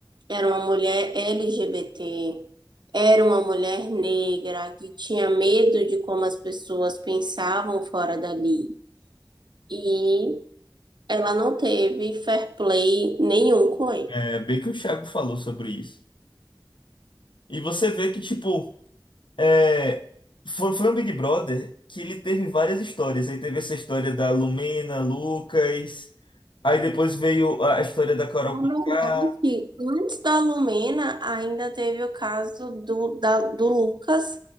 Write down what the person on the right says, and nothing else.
era uma mulher LGBT, era uma mulher negra que tinha medo de como as pessoas pensavam fora dali. E ela não teve fair play nenhum com ele.
Na
verdade,
antes da Lumena, ainda teve o caso do, da- do Lucas